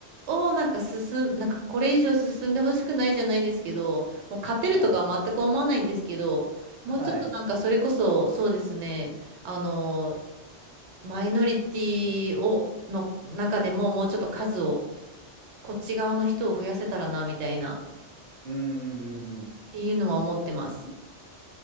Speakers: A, on the right; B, on the right.
A: をなんか進む、なんかこれ以上進んでほしくないじゃないですけど、もう勝てるとかは全く思わないんですけど、
B: はい。
A: もうちょっとなんかそれこそ、
B: はい。
A: そうですね、あの、マイノリティを、の中でももうちょっと数を、こっち側の人を増やせたらな、みたいな、っ
B: うんうんうんうん。
A: ていうのは思ってます。